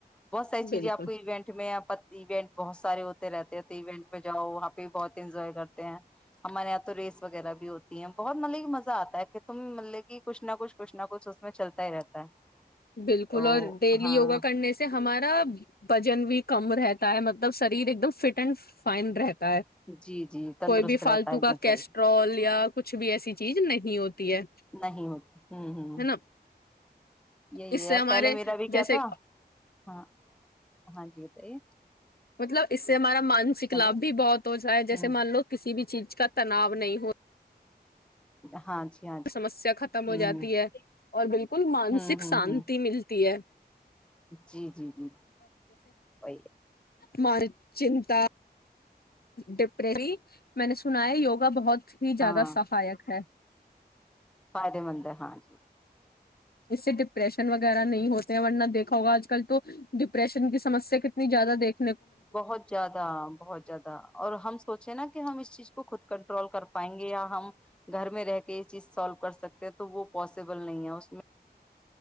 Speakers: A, in the centre; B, on the left.
A: بہت ساری چیزیں
B: بالکل
A: آپ کو ایوونٹ میں ایونٹ بہت سارے ہوتے رہتے ہیں تو ایونٹ میں جاؤ وہاں پہ بہت انجوائے کرتے ہیں ہمارے یہاں تو ریس وغیرہ بھی ہوتی ہیں بہت مطلب کہ مزہ آتا ہے کہ تم مطلب کہ کچھ نہ کچھ کچ نہ کچھ اس میں چلتا ہی رہتا ہے
B: بالکل
A: تو
B: اور ڈیلی
A: ہاں
B: یوگا کرنے سے ہمارا وزن بھی کم رہتا ہے مطلب شریر ایک دم فٹ اینڈ فائن رہتا
A: جی جی تندرست
B: کوئی بھی
A: رہتا
B: فالتو
A: ہے ایک
B: کا
A: دم
B: کیسٹرول
A: شریر
B: یا کچھ بھی ایسی چیز نہیں ہوتی ہے
A: نہیں ہوتی ہوں
B: ہے
A: ہ
B: نا
A: یہی
B: اس
A: ہے
B: سے
A: یار
B: ہمارے
A: پہلے میرا بھی کیا
B: جیسے
A: تھا ہاں ہاں جی بتائیے
B: مطلب اس سے ہمارا مانسک لابھ
A: ہیلو
B: بھی بہت ہوتاا ہے
A: ہوں
B: جیسے مان لو کسی بھی چیز کا تناؤ نہیں ہو
A: ہاں جی ہاں جی
B: سمسیا ختم ہو
A: ہوں
B: جاتی ہے اور بالکل مانسک
A: ہوں ہوں
B: شانتی
A: ہوں
B: ملتی ہے
A: جی جی جی وہی ہے
B: م چنتا ڈپری میں نے سنا ہے یوگا بہت ہی زیادہ
A: ہاں
B: سہایک ہے
A: فائدے مند ہے ہاں جی
B: اس سے ڈپریشن وغیرہ نہیں ہوتے ورنہ دیکھا ہوگا آج کل تو ڈپریشن کی سمسیا کتنی زیادہ دیکھ
A: بہت زیادہ بہت زیادہ اور ہم سوچیں نا کہ ہم اس چیز کو خود کر ٹرول کر پائیں گے یا ہم گھر میں رہ کے یہ چیز سالو کر سکتے ہیں تو وہ پاسبل نہیں ہے اس میں